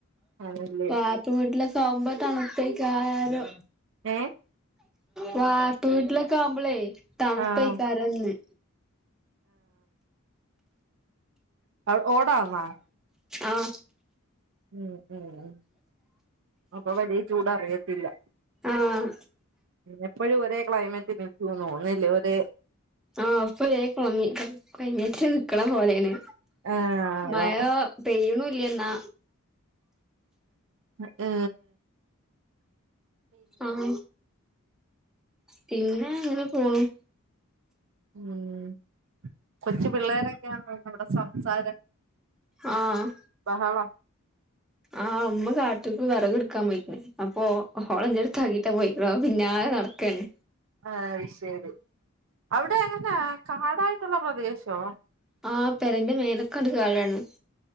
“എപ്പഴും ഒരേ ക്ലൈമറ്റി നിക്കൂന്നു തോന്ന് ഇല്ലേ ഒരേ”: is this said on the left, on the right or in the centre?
Right